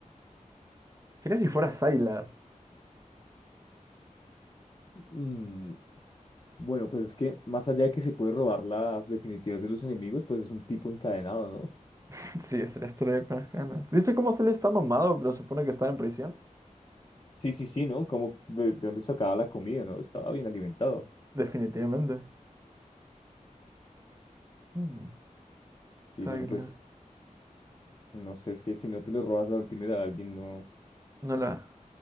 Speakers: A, on the right; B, on the left.
A: Quería si fuera Silas.
B: Mm, bueno, pues es que más allá de que se puede robar las definitivas de los enemigos, pues es un tipo encadenado, ¿no?
A: <laughs> Sí, es la historia con las ganas. ¿Viste cómo se le está mamado, pero supone que está en prisión?
B: Sí, sí, sí, ¿no? Como de, de dónde sacaba la comida, ¿no? Estaba bien alimentado.
A: Definitivamente. Mm,
B: Sí,
A: Silas.
B: bueno, pues no sé, es que si no te le robas la última de alguien, no.
A: No la.